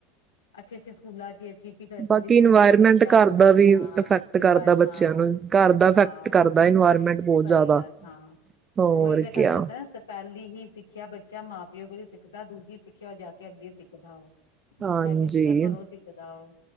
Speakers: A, on the left; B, on the right.
A: ਅੱਛੇ ਅੱਛੇ ਸਕੂਲਾਂ ਚ ਅੱਛੀ ਅੱਛੀ ਫੈਸਿਲਿਟੀਜ਼
B: ਬਾਕੀ ਇਨਵਾਇਰਮੈਂਟ
A: ਮਿਲਦੀਆਂ ਬੱਚਿਆਂ
B: ਘਰ
A: ਨੂੰ
B: ਦਾ ਵੀ ਇਫੈਕਟ
A: ਹਾਂ ਇਨਵ
B: ਕਰਦਾ ਬੱਚਿਆਂ
A: ਹਾਂ
B: ਨੂੰ ਘਰ ਦਾ ਇਫੈਕਟ
A: ਹਾਂ
B: ਕਰਦਾ ਇਨਵਾਇਰਮੈਂਟ ਬਹੁਤ
A: ਸਹੀ
B: ਜ਼ਿਆਦਾ
A: ਗੱਲ ਹਾਂ
B: ਹੋਰ
A: ਉਹੀ ਮੈਂ ਤੁਹਾਨੂੰ
B: ਕਿਆ
A: ਦੱਸਿਆ ਪਹਿਲ ਹੀ ਸਿੱਖਿਆ ਬੱਚਾ ਮਾਂ ਪਿਓ ਕੋਲ ਸਿੱਖਦਾ ਦੂਜੀ ਸਿੱਖਿਆ ਉਹ ਜਾ ਕੇ ਅੱਗੇ ਸਿੱਖਦਾ ਉਹ।
B: ਹਾਂਜੀ
A: ਪਹਿਲੀ ਸਿੱਖਿਆ ਘਰੋਂ ਸਿੱਖਦਾ ਉਹ